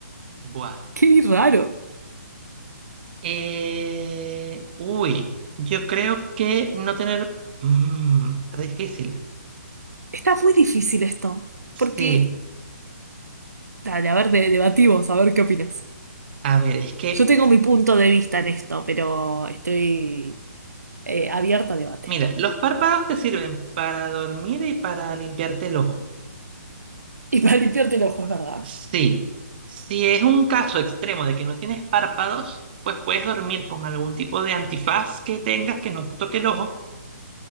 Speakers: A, on the right (about 35°); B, on the right (about 80°).
A: Buah.
B: Qué raro.
A: Eh, uy, yo creo que no tener... Mm, está difícil.
B: Está muy difícil esto,
A: Sí,
B: porque Dale, a ver, de- debatimos, a ver qué opinas.
A: a ver, es que...
B: Yo tengo mi punto de vista
A: sí,
B: en esto, pero estoy eh, abierta a debate.
A: Mira,
B: <laughs>
A: los párpados te sirven para dormir y para limpiarte el ojo.
B: Y para limpiarte el ojo, es verdad.
A: Sí, si es un caso extremo de que no tienes párpados, pues puedes dormir con algún tipo de antifaz que tengas que no te toque el ojo